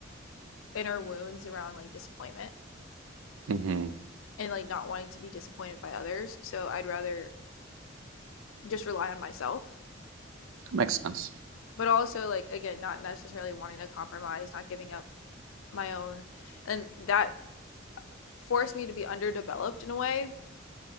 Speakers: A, on the left (about 80°); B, on the right (about 80°).
A: inner wounds around like disappointment
B: hmm
A: and like not wanting to be disappointed by others. So I'd rather just rely on myself,
B: makes sense
A: but also like again, not necessarily wanting to compromise, not giving up my own. And that forced me to be underdeveloped in a way